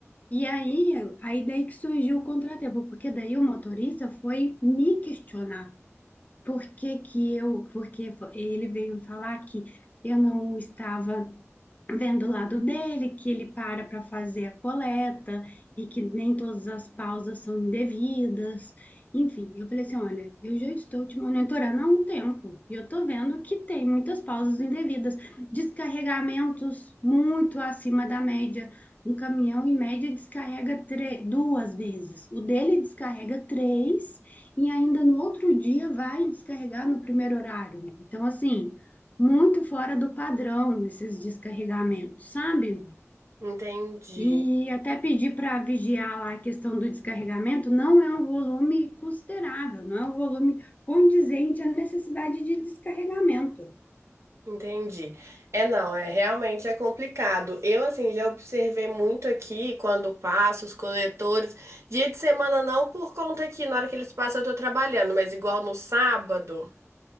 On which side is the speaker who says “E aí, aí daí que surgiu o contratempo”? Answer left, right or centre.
Left